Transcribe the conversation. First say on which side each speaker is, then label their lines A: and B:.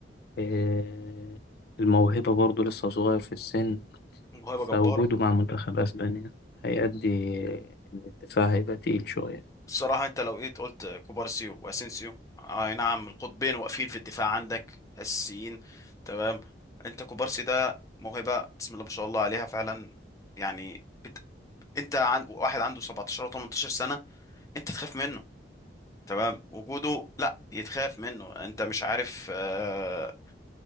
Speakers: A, on the left; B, on the left.
A: آه، الموهبة برضه لسه صغير في السن
B: موهبة
A: فوجوده
B: جبارة
A: مع منتخب أسبانيا هيأدي إن الدفاع هيبقى تقيل شوية
B: بصراحة انت لو جيت قلت كوبارسيو واسينسيو آه، اي نعم القطبين واقفين في الدفاع عندك اساسيين تمام انت كوبارسي ده موهبة بسم الله ما شاء الله عليها فعلا يعني بت... انت عن... واحد عنده 17 او 18 سنة انت تخاف منه تمام وجوده لا يتخاف منه انت مش عارف آه،